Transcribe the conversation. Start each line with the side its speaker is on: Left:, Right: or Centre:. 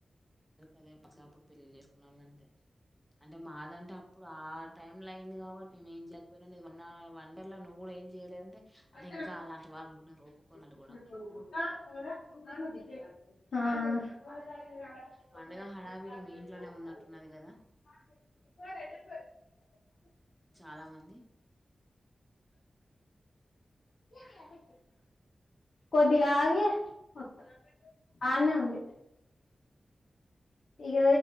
Centre: అదే పసపుడు పెళ్లిళ చేసుకునే వాళ్ళ అంతే అంటే మాదంటే అప్పుడు ఆ టైమ్ లో అయింది కాబటీ నేను ఏంయకపోయినా వండర్ లో నువ్వు కూడా ఏం చేయలేదంటే
Left: పట్టుకర
Centre: అంటే ఇంకా అలాంటి వాళ్ళు ఉన్నారు ఒప్పుకోని వాళ్ళు కూడా
Left: ఆ పొండ్రి
Centre: పండగ
Left: అటు
Centre: హడావిడి మీ ఇంట్లోనే ఉన్నట్టున్నది కదా
Left: వెళ్లిపోండి
Centre: చాలా మంది
Left: కాదు కొద్దిగా ఆగి అత్త అన్న ఉంది ఈగ